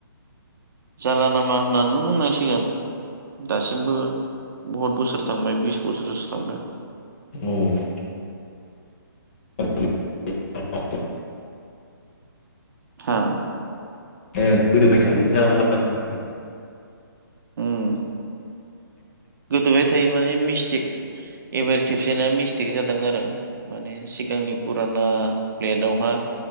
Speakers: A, on the right; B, on the left.
A: जाला नामा होननानैनो बुंनांसिगोन दासिमबो बहुत बोसोर थांबाय बिस बोसोरसो थांबाय
B: औ <unintelligible>
A: हा
B: ए गोदोबाय थायो जारलासो होनदों
A: उम गोदोबाय थायो माने मिस्टेक एबार खेब बिसोरना मिस्टेक जादों आरो माने सिगांनि फुराना प्लेटावहा